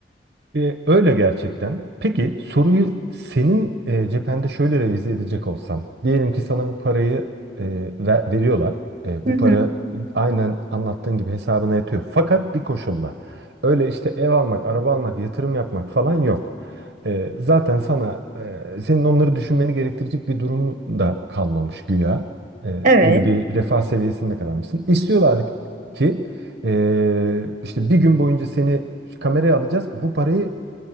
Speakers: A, on the right (about 65°); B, on the right (about 45°).
A: E, öyle gerçekten. Peki soruyu senin e, cephende şöyle revize edecek olsam. Diyelim ki sana bu parayı e, ver- veriyorlar. E,
B: Hı
A: bu
B: hı.
A: para aynen anlattığın gibi hesabına yatıyor. Fakat bir koşulla. Öyle işte ev almak, araba almak, yatırım yapmak falan yok. E, zaten sana e, senin onları düşünmeni gerektirecek bir durumu da kalmamış güya. E,
B: Evet.
A: öyle bir refah seviyesinde kalmışsın. İstiyorlar ki ee, işte bir gün boyunca seni kameraya alacağız. Bu parayı